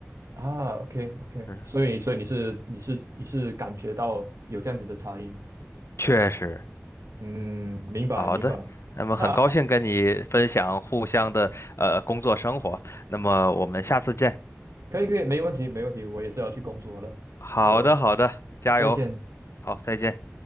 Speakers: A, on the right; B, on the left.
A: 啊，OK OK，
B: 是的，
A: 所以所以你是你是你是感觉到有这样子的差异吗？
B: 确实。
A: 嗯，明白明白，
B: 好的，那么很高兴跟你分享互相的呃工作生活，
A: 那
B: 那么我们下次见。
A: 可以可以，没问题没问题，我也是要去工作了。
B: 好的，
A: 好的，
B: 好的，加油，
A: 再见。
B: 好，再见。